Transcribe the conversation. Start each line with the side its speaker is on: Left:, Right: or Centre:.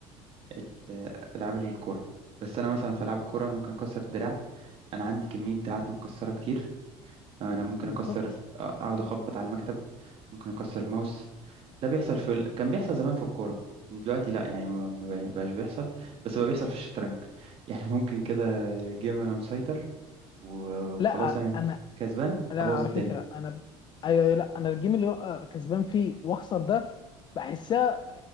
Right: ال- العاب الكوره بس انا مثلا في العاب الكوره انا ممكن اكسر الدراع انا عندي كميه دراعات مكسره كتير انا ممكن
Left: بالظبط
Right: اكسر اقعد اخبط على المكتب ممكن اكسر الماوس ده بيحصل في ال... كان بيحصل زمان في الكوره دلوقتي لا يعني ما ما بقاش بيحصل بس بقى بيحصل في الشطرنج <laughs> يعني ممكن كده جيم انا مسيطر و- وخلاص
Left: لا
Right: انا
Left: انا
Right: كسبان
Left: لا
Right: ابوظ
Left: على
Right: الدنيا
Left: فكره انا ب... ايوه أيوة، لا انا الجيم اللي هو آه، كسبان فيه واخسر ده بحسها